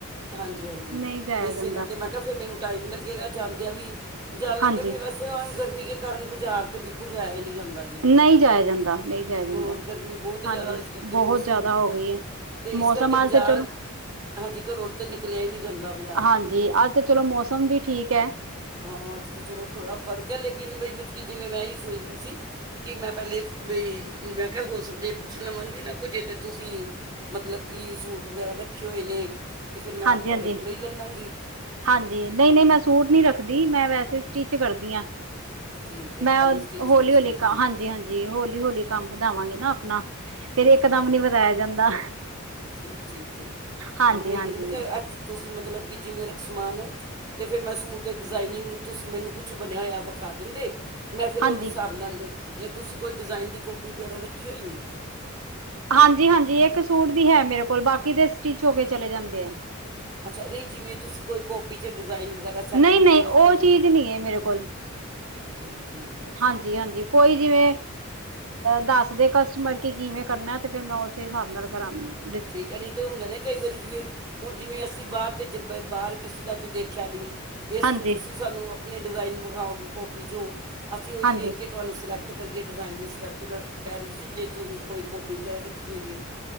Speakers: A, on the right; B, on the right.
A: ਹਾਂਜੀ ਹਾਂਜੀ,
B: ਨਹੀਂ ਜਾਇਆ
A: ਇਸੇ
B: ਜਾਂਦਾ
A: ਕਰਕੇ ਮੈਂ ਕਿਹਾ ਫਿਰ ਮੈਨੂੰ ਟਾਈਮ ਲੱਗੇਗਾ ਜਾਂਦਿਆਂ ਵੀ ਜਾਣ ਲੱਗਿਆ
B: ਹਾਂਜੀ
A: ਫਰ ਬਸ ਤੇ ਗਰਮੀ ਕੇ ਕਾਰਨ ਬਾਜ਼ਾਰ ਤੇ ਬਿਲਕੁਲ ਜਾਇਆ ਹੀ ਨਹੀਂ ਜਾਂਦਾ।
B: ਨਹੀਂ ਜਾਇਆ ਜਾਂਦਾ ਨਹੀਂ ਜਾਇਆ ਜਾਂਦਾ
A: ਹੋਰ ਗਰਮੀ ਬਹੁਤ ਜ਼ਿਆਦਾ
B: ਹਾਂਜੀ
A: ਹੋਈ, ਇਸ ਕਰਕੇ
B: ਬਹੁਤ
A: ਮੌਸਮ
B: ਜ਼ਿਆਦਾ ਹੋ ਗਈ ਹੈ
A: ਅਤੇ
B: ਮੌਸਮ
A: ਇਸ ਕਰਕੇ
B: ਅੱਜ
A: ਬਾਜ਼ਾਰ,
B: ਤੇ ਚਲੋ
A: ਹਾਂਜੀ ਘਰੋ 'ਤੇ ਨਿਕਲਿਆ ਹੀ ਨਹੀਂ ਜਾਂਦਾ। ਬਾਜ਼ਾਰ
B: ਹਾਂਜੀ, ਅੱਜ ਤੇ ਚਲੋ ਮੌਸਮ ਵੀ ਠੀਕ ਐ।
A: ਹਾਂ, ਅੱਜ ਤਾਂ ਚਲੋ ਥੋੜਾ ਫਰਕ ਐ, ਲੇਕਿਨ ਬਾਈ ਮਤਬ ਕਿ ਜਿਵੇਂ ਮੈਂ ਸੋਚ ਵੀ ਸੀ ਕਿ ਮੈਂ ਪਹਿਲੇ ਬਈ ਮੈਂ ਕਿਹਾ ਹੋਰਝੇ ਪੁੱਛ ਲਵਾਂਗੀ ਨਾ ਕੋ ਜੇ ਤਾਂ ਤੁਸੀਂ ਮਤਲਬ ਕਿ ਸੂਟ ਵਗੈਰਾ ਰੱਖੇ ਹੋਏ ਨੇ ਅਤੇ ਫਿਰ ਮੈਂ
B: ਹਾਂਜੀ
A: ਤੁਹਾਡੇ
B: ਹਾਂਜੀ
A: ਕੋਲੋਂ ਹੀ ਲੈ ਲਾਂਗੀ
B: ਹਾਂਜੀ ਨਹੀਂ ਨਹੀਂ ਮੈਂ ਸੂਟ ਨਹੀਂ ਰੱਖਦੀ ਮੈਂ ਵੈਸੇ ਸਟਿਚ ਕਰਦੀ ਹਾਂ
A: ਠੀਕ ਹੈ
B: ਮੈਂ
A: ਖਾਲੀ ਸਟਿਚਿੰਗ
B: ਹੌਲੀ ਹੌਲੀ
A: ਸਟਿਚਿੰਗ
B: ਹਾਂਜੀ ਹਾਂਜੀ ਹੌਲੀ ਹੌਲੀ ਕੰਮ ਵਧਾਵਾਂਗੀ ਨਾ ਆਪਣਾ ਫੇਰ
A: ਠੀਕ
B: ਇਕ ਦਮ
A: ਹੈ
B: ਨੀ ਵਧਾਇਆ ਜਾਂਦਾ
A: ਠੀਕ ਠੀਕ ਠੀਕ
B: ਹਾਂਜੀ
A: ਔਰ ਮੈਂ ਇ
B: ਹਾਂਜੀ
A: ਕਹਿਦੀ ਮੈ ਕਿਆ ਅੱਜ ਤੁਸੀਂ ਮਤਲਬ ਕਿ ਜਿਵੇਂ ਦਾ ਸਮਾਨ ਹੈ ਅਤੇ ਫਿਰ ਮੈਂ ਸੂਟ ਦੇ ਡਿਜ਼ਾਇਨਿੰਗ, ਤੁਸੀਂ ਮੈਨੂੰ ਕੁਛ ਬਣਿਆ ਹੋਇਆ ਵਿਖਾ ਦਿੰਦੇ ਮੈਂ ਫਿਰ ਉਹਦੇ
B: ਹਾਂਜੀ
A: ਹਿਸਾਬ ਨਾਲ, ਜੇ ਤੁਸੀਂ ਕੋਈ ਡਿਜ਼ਾਇਨ ਦੀ ਕਾਪੀ ਵਗੈਰਾ ਰੱਖੀ ਹੋਈ?
B: ਹਾਂਜੀ ਹਾਂਜੀ, ਇੱਕ ਸੂਟ ਦੀ ਹੈ ਮੇਰੇ ਕੋਲ ਬਾਕੀ ਦੇ ਸਟਿਚ ਹੋ ਕੇ ਚਲੇਂ ਜਾਂਦੇ ਆ।
A: ਅੱਛਾ, ਨਹੀਂ ਜਿਵੇਂ ਤੁਸੀਂ ਕੋਈ ਕਾਪੀ ਚ ਡਿਜ਼ਾਇਨ ਵਗੈਰਾ ਸੈੱਟ
B: ਨਹੀਂ
A: ਕੀਤੇ
B: ਨਹੀਂ,
A: ਹੋ
B: ਉਹ
A: ਆਪਣੇ
B: ਚੀਜ਼ ਨਹੀਂ ਐ ਮੇਰੇ ਕੋਲ।
A: ਠੀਕ ਠੀਕ ਐ।
B: ਹਾਂਜੀ ਹਾਂਜੀ, ਕੋਈ ਜਿਵੇਂ ਦੱਸ ਦੇ ਕਸਟਮਰ ਕਿ ਕਿਵੇਂ ਕਰਨਾ, ਤੇ ਫੇਰ ਮੈਂ ਉਸੇ ਹਿਸਾਬ ਨਾਲ ਕਰਾਂਨੀ ਆ
A: ਠੀਕ ਹੈ ਨਹੀਂ ਤੇ ਹੁੰਦਾ ਨੇ ਕਈ ਵਾਰੀ ਜਿਵੇਂ ਹੁਣ ਜਿਵੇਂ ਅਸੀਂ ਬਾਹਰ ਤੇ ਜ ਬ ਬਾਹਰ ਕਿਸੇ ਦਾ ਤਾਂ ਦੇਖਿਆ ਨੀ, ਬੇਸੇ
B: ਹਾਂਜੀ।
A: ਹੁਣ ਤੁਸੀਂ ਸਾਨੂੰ ਆਪਣੇ ਡਿਜ਼ਾਇਨ ਵਿਖਾਓਗੇ, ਕੋਪੀ 'ਚੋਂ ਅਸੀਂ ਉਹੀ
B: ਹਾਂਜੀ।
A: ਵੇਖ ਕੇ ਤੁਹਾਨੂੰ ਸਿਲੈਕਟ ਕਰੀਏ ਡਿਜ਼ਾਇਨ ਇਸ ਕਰਕੇ, ਮੈਂ ਕਹਿ ਰਹੀ ਸੀ ਜੇ ਤੁ ਕੋਈ ਕੋਪੀ ਵਗੈਰਾ ਰੱਖੀ ਹੋਈਏ।